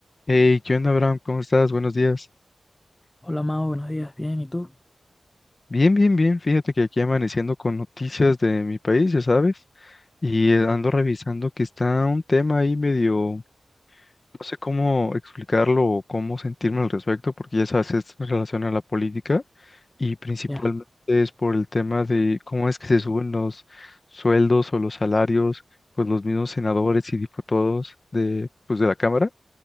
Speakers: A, on the left (about 35°); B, on the left (about 15°).
A: Hey, ¿qué onda, Abraham? ¿Cómo estás? Buenos días.
B: Hola Mao, buenos días, bien, ¿y tú?
A: Bien, bien, bien. Fíjate que aquí amaneciendo con noticias de mi país, ya sabes, y eh, ando revisando que está un tema ahí medio, no sé cómo explicarlo o cómo sentirme al respecto, porque ya sabes, es en relación a la política y principalmente
B: Ya,
A: es por el tema de cómo es que se suben los sueldos o los salarios, pues los mismos senadores y diputados de, pues, de la Cámara.